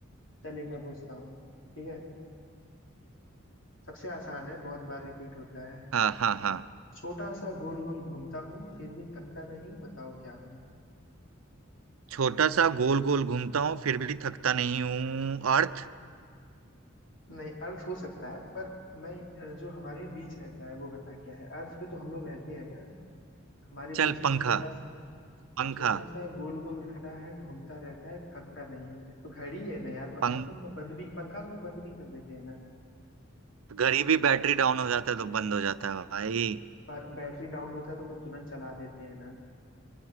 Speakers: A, on the left; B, on the right.
A: चल एक मैं पूछता हूँ ठीक है सबसे आसान है बहुत बार रिपीट होता है
B: हाँ हाँ हाँ
A: छोटा सा गोल गोल घूमता हूँ फिर भी थकता नहीं बताओ क्या हूँ
B: छोटा सा गोल गोल घूमता हूँ फिर भी थकता नहीं हूँ अर्थ
A: नहीं अर्थ हो सकता है पर मैं अ, जो हमारे बीच रहता है वो बता क्या है अर्थ पे तो हम लोग रहते हैं ना हमारे
B: चल
A: बीच
B: पंखा
A: छोटा सा
B: पंखा
A: छोटा सा गोल गोल रहता है घूमता रहता है थकता नहीं है तो घड़ी है ना यार पंखा
B: पंख
A: तो हम लोग बंद भी पंखा तो हम लोग बंद भी कर देते हैं ना
B: घड़ी भी बैटरी डाउन हो जाता है तो बंद हो जाता है भाई
A: पर बैटरी डाउन होता है तो हम लोग तुरंत चला देते हैं ना